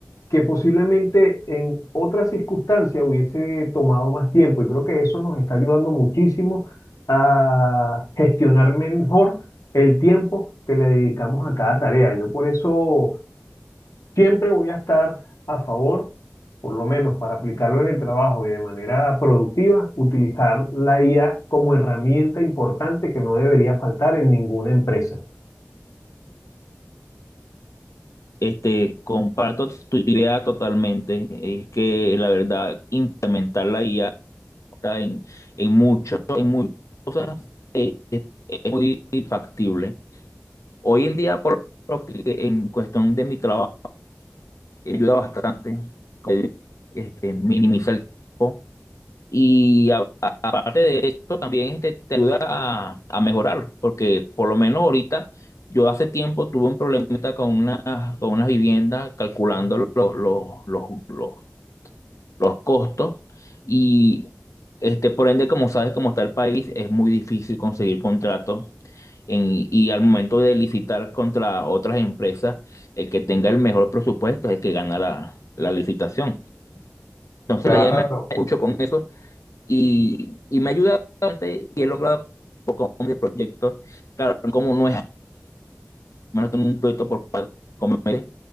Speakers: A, on the left; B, on the left.
A: que posiblemente en otras circunstancias hubiese tomado más tiempo. Y creo que eso nos está ayudando muchísimo a gestionar mejor el tiempo que le dedicamos a cada tarea. Yo por eso siempre voy a estar a favor, por lo menos para aplicarlo en el trabajo y de manera productiva, utilizar la IA como herramienta importante que no debería faltar en ninguna empresa.
B: Este, comparto tu idea totalmente. Es que la verdad, implementar la IA en, en mucho- en muchas cosas, eh, es, es muy factible. Hoy en día, por lo que en cuestión de mi trabajo, me ayuda bastante, como digo, este, minimiza el tiempo. Y aparte de esto, también este, te ayuda a, a mejorar, porque por lo menos ahorita, yo hace tiempo tuve un problemita con una, con una vivienda calculando los, los, los, los costos y este, por ende, como sabes, como está el país, es muy difícil conseguir contratos en- y al momento de licitar contra otras empresas, el que tenga el mejor presupuesto es el que gana la, la licitación. Entonces,
A: Claro.
B: la idea me escucho con eso y, y me ha ayudado bastante y he logrado un poco de proyectos. Claro, como no es, no tengo un proyecto por cuatro meses,